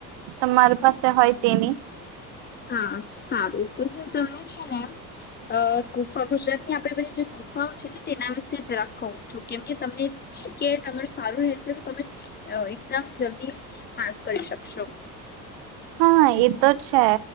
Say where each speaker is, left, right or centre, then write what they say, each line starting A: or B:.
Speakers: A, on the right; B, on the left.
A: તમારી પાસે હોય તેની
B: હા સારું તો હું તમને છે ને અ ગૂફા ગુજરાત આપે બધી જે ગુફાઓ છે ને તેના વિશે જ રાખ કું છું કેમકે તમનેી કે તમાર સારું રહેશે તો તમે એક્ઝામ જલ્દી પાસ કરી શકશો
A: હા એ તો છે